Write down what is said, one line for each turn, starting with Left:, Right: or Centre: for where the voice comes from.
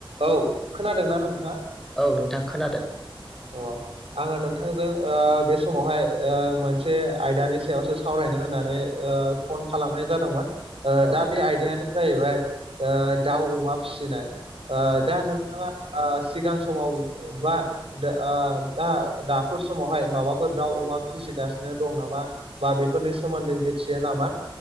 Right: औ खोनादोंना नोंथाङा
Centre: औ नोंथां खोनादों
Right: अ आङो नोंथांजों ओ बे समावहाय ओ मोनसे आयदानि सायावसो सावरायनो होननानै ओ फन खालामनाय जादोंमोन
Centre: औ
Right: दा
Centre: नोंथां
Right: बे आयदायानो जाहैबाय ओ दाउ अमा फिसिनाय ओ
Centre: औ
Right: दा
Centre: नोंथां
Right: नोंथाङा ओ सिगां समाव बा ओ दा दाफोर समावहाय माबाफोर दाउ अमा फिसिगासिनो दं नामा बा बेफोरनि सोमोन्दै मिथियो नामा